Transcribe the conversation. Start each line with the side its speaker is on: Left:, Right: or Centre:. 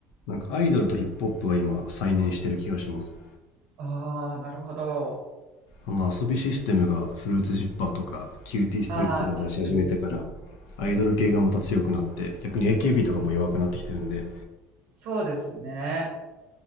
Left: なんかアイドルとヒップホップが今再燃してる気がします。
Right: ああ、なるほど。
Left: あの遊びシステムがフルーツジッパーとかキューティーストリートとかを出し始めてから
Right: ああ、確かに。
Left: アイドル系がまた強くなって逆に AKB とかも弱くなってきてるんで。
Right: そうですね。